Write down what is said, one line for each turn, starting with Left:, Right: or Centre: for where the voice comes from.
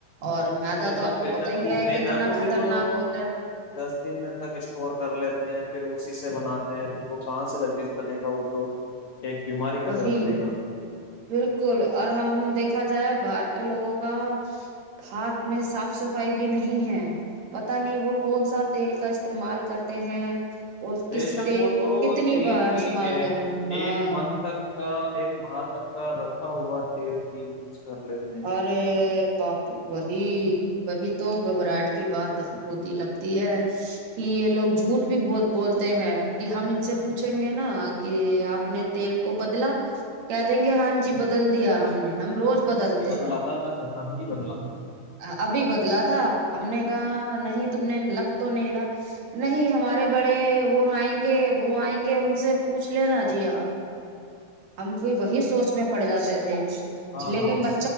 Right: اور میدا
Left: بے
Right: تو
Left: شک
Right: آپ کو
Left: بےشک
Right: پتا ہی
Left: وہ
Right: ہے
Left: میدا
Right: کتنا
Left: کو
Right: خطرناک
Left: بھی تو
Right: ہوتا ہے
Left: دس دن تک اسٹور کر لیتے ہیں پھر اسی سے بنااتا ہیں تو وہ کہاں سے لذیذ بنے گا وہ تو ایک بیماری کا
Right: بی
Left: گھر بنے گا
Right: بالکل اور ہم دیکھ رکھا جائے باہر کے لوگوں کا ہاتھ میں صاف صفائی بھی نہیں ہے پتا نہیں وہ کون سا تیل کا استعمال کرتے ہیں اور
Left: بے
Right: کسی
Left: شک
Right: تیل
Left: وہ تو
Right: کو کتنی
Left: تین
Right: بار
Left: تین
Right: استعمال کر ہاں
Left: ایک منتھ تک کا ایک ماہ تک کا رکھا ہوا تیل بھی یوز کر لیتے ہیں
Right: اور باپو وہی وہی تو گھبراہٹ کی بات ہوتی لگتی ہے کہ یہ لوگ جھوٹ بھی بہت بولتے ہیں کہ ہم ان سے پوچھیں گے نا کہ آپ نے تیل کو بدلا کہ دیں گے ہاں جی بدل دیا ہم نے ہم روز بدلتے
Left: بدل
Right: ہیں
Left: آتا بس اب ہی بدل آتا
Right: ابھی بدلا تھا ہم نے کہا نہیں تم نے لگ تو نہیں رہا نہیں ہمارے بڑے وہ آئیں گے وہ آئیں گے ان سے پوچھ لینا جی آپ ہم وہی سوچ میں پڑ جاتے تھے
Left: ہاں
Right: لیکن
Left: ہاں
Right: ب